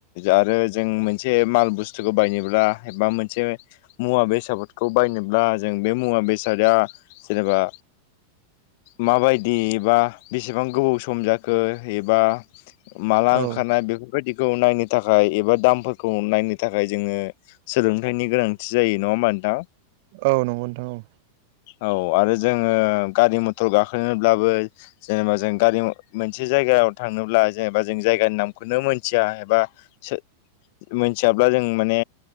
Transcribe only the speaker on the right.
औ
औ नंगौ नोंथां औ।